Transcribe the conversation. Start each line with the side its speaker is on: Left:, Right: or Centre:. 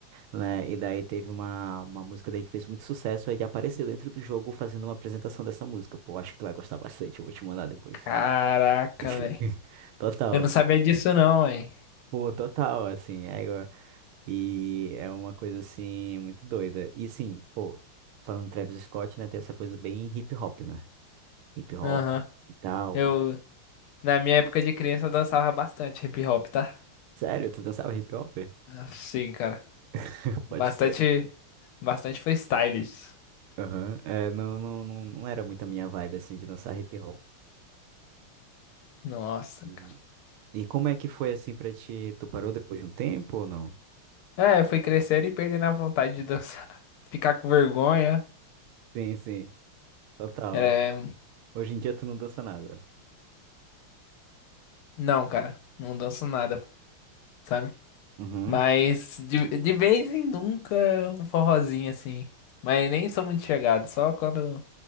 Right: né? E daí teve uma, uma música daí que fez muito sucesso, aí ele apareceu dentro do jogo fazendo uma apresentação dessa música. Pô, acho que tu vai gostar bastante, eu vou te mandar depois.
Left: Caraca,
Right: <laughs>
Left: velho.
Right: Total.
Left: Eu não sabia disso não, hein?
Right: Pô, total, assim, é igual- e é uma coisa assim muito doida. E sim, pô, falando do Travis Scott, né, tem essa coisa bem hip hop, né? hip hop
Left: Aham.
Right: e tal.
Left: Eu,
Right: Uma...
Left: na minha
Right: Hum.
Left: época de criança, eu dançava bastante hip hop, tá?
Right: Sério, tu dançava hip hop?
Left: Ah, Sim, cara.
Right: <laughs> Pode
Left: Bastante,
Right: crer.
Left: bastante freestyles.
Right: Aham. É, não, não, não, não era muito a minha vibe, assim, de dançar hip hop.
Left: Nossa,
Right: E,
Left: cara.
Right: e como é que foi, assim, pra ti? Tu parou depois de um tempo ou não?
Left: É, eu fui crescendo e perdendo a vontade de dançar. <laughs> Ficar com vergonha.
Right: Sim, sim, total.
Left: É...
Right: Hoje em dia tu não dança nada.
Left: Não, cara. Não danço nada, sabe?
Right: Uhum.
Left: Mas de, de vez em nunca um forrozinho assim. Mas nem sou muito chegado, só quando